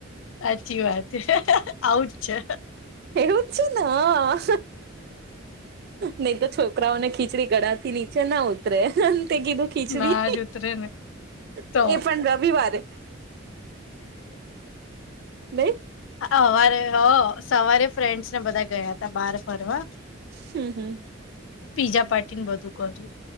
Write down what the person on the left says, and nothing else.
હાચી વાત આવુંજ છે.
ના જ ઉતરેને. તો
અવારે હ સવારે ફ્રેન્ડ્સ ને બધા ગયા હતા બાર ફરવા
પીજા પાર્ટી ને બધું કર્યું તુ.